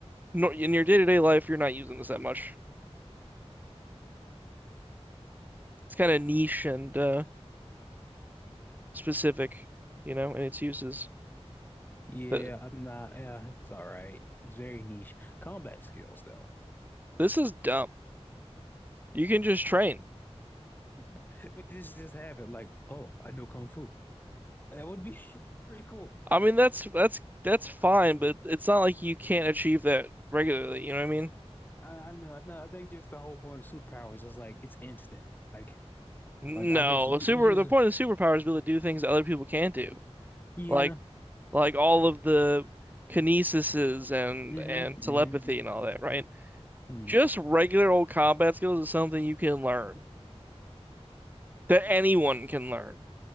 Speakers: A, on the right; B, on the left.
A: no, in your day-to-day life, you're not using this that much. It's kind of niche and uh, specific, you know, in its uses.
B: Yeah,
A: That
B: I'm not. Yeah, it's all right. It's very niche combat skills, though.
A: this is dumb. You can just train.
B: <laughs> But this just happened. Like, oh, I know kung fu. That would be <laughs> pretty cool.
A: I mean, that's that's that's fine, but it's not like you can't achieve that regularly. You know what I mean?
B: I, I know. I know. I think just the whole point of superpowers is like it's instant. Like,
A: No,
B: like I just you
A: super.
B: you just
A: The point of superpower is to be able to do things that other people can't do,
B: yeah.
A: like like all of the kinesises and
B: hmm
A: and
B: hmm
A: telepathy and all that, right?
B: hmm
A: just regular old combat skills is something you can learn that anyone can learn.